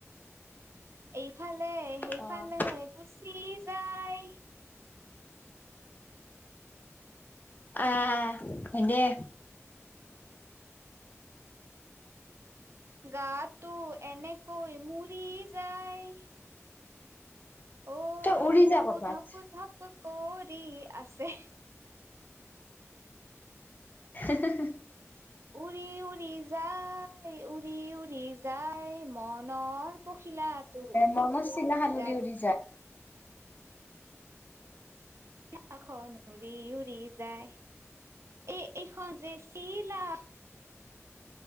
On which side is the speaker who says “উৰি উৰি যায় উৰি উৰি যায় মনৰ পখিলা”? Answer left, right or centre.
Right